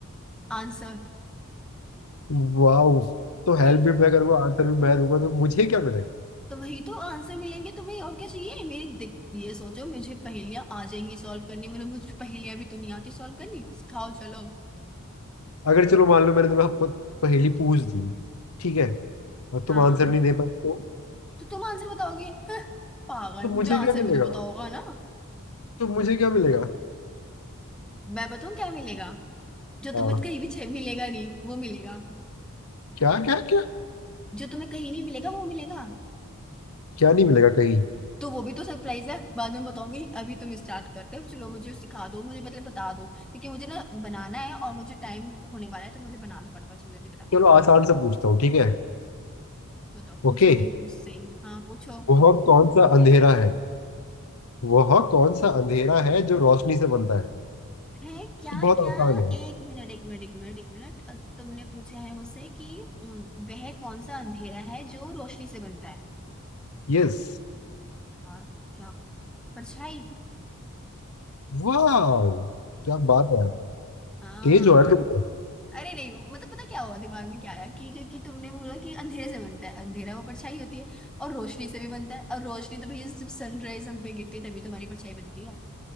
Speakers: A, in the centre; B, on the left (about 70°).
A: आंसर
B: वाह तो हेल्प
A: नहीं
B: भी मैं करूँगा आंसर भी मैं दूंगा तो मुझे क्या मिलेगा
A: तो वही तो आंसर मिलेंगे तो भाई और क्या चाहिए मेरी दिक- ये सोचो मुझे पहेलियां आ जाएंगी सॉल्व करनी मैंने मुझे पहेलियां भी तो नहीं आती सॉल्व करनी सिखाओ चलो
B: अगर चलो मान लो मैंने तुम्हें प- पहेली पूछ दी ठीक है और तुम
A: हाँ
B: आंसर नहीं दे पाए तो,
A: तो तुम आंसर बताओगे हं, पागल
B: तो
A: मुझे
B: मुझे
A: आंसर
B: क्या मिलेगा
A: भी तो पता होगा ना
B: तो मुझे क्या मिलेगा
A: मैं बताऊं क्या मिलेगा जो
B: हाँ
A: तुम्हें कहीं भी छे- मिलेगा नहीं वो मिलेगा
B: क्या क्या क्या
A: जो तुम्हें कहीं नहीं मिलेगा वो मिलेगा
B: क्या नहीं मिलेगा कहीं
A: तो वो भी तो सरप्राइज है बाद में बताऊंगी अभी तुम स्टार्ट करते हो चलो मुझे सिखा दो मुझे मतलब बता दो क्योंकि मुझे ना बनाना है और मुझे टाइम होने वाला है तो मुझे बना दो फटाफट जल्दी जल्दी बता दो
B: चलो आसान से पूछता हूँ ठीक है
A: बताओ पूछोगे
B: ओके
A: भी मुझसे ही हाँ पूछो
B: वह कौन सा अंधेरा है वह कौन सा अंधेरा है जो रोशनी से बनता है
A: है क्या
B: बहुत
A: क्या
B: आसान है
A: एक मिनट एक मिनट एक मिनट एक मिनट अ, तुमने पूछा है मुझसे कि अम, वह कौन सा अंधेरा है जो रोशनी से बनता है
B: यस
A: यार क्या परछाई
B: वाह क्या बात है
A: हाँ
B: तेज हो यार तुम तो
A: अरे नहीं मतलब पता क्या हुआ दिमाग में क्या आया कि क्योंकि तुमने बोला कि अंधेरे से बनता है अंधेरा वो परछाई होती है और रोशनी से भी बनता है और रोशनी तो भैया जब सनराइज हम पे गिरती है तभी तो हमारी परछाई बनती है